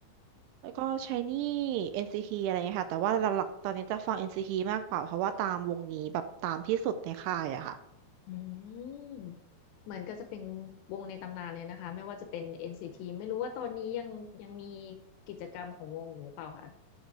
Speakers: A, on the right; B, on the left.
A: แล้วก็ s h i n น e ีทีอะไรอย่างเงี้ยค่ะแต่ว่าหลักๆตอนนี้จะฟัง n c ีทีมากกว่าเพราะว่าตามวงนี้แบบตามที่สุดในค่ายอะค่ะ
B: อืมเหมือนก็จะเป็นวงในตำนานเลยนะคะไม่ว่าจะเป็น NCT ไม่รู้ว่าตอนนี้ยังยังมีกิจกรรมของวงอยู่หรือเปล่าคะ